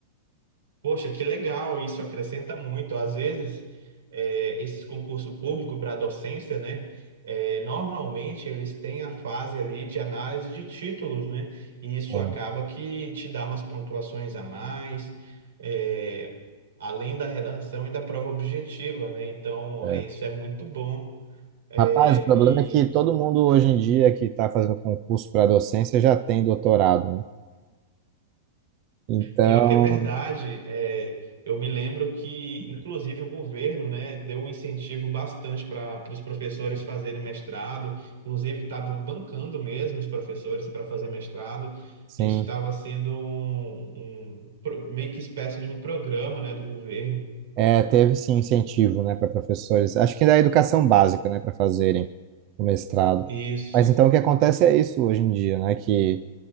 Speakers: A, on the right; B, on the right.
A: Poxa, que legal, isso acrescenta muito. Às vezes, eh, esses concursos públicos para docência, né? eh, normalmente eles têm a fase ali de análise de títulos, né? E isso
B: sim.
A: acaba que te dá umas pontuações a mais, eh, além da redação e da prova objetiva, né? Então,
B: é.
A: isso é muito bom. Eh,
B: Rapaz, o problema
A: e
B: é que todo mundo hoje em dia que está fazendo concurso para docência já tem doutorado, né? Então,
A: Pior que é verdade, é, eu me lembro que, inclusive, o governo, né, deu um incentivo bastante para os professores fazerem mestrado, inclusive estava bancando mesmo os professores para fazer mestrado.
B: sim,
A: Isso estava sendo um, um pro- meio que espécie de um programa, né, do governo.
B: é, teve sim incentivo, né, para professores. Acho que da educação básica, né, para fazerem o mestrado.
A: Isso,
B: Mas então o que acontece é isso hoje em dia, né, que